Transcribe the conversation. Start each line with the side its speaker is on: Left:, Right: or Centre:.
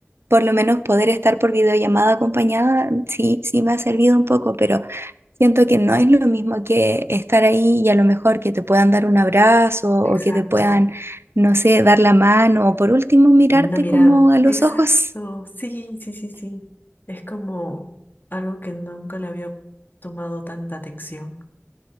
Right: por lo menos poder estar por videollamada acompañada, mm, sí, sí me ha servido un poco, pero siento que no es lo mismo que estar ahí y a lo mejor que te puedan dar un abrazo o
Left: Exacto,
Right: que te puedan, no sé, dar la mano o por último mirarte
Left: una mirada.
Right: como a los
Left: Exacto,
Right: ojos,
Left: sí, sí, sí, sí. Es como algo que nunca le había tomado tanta atención,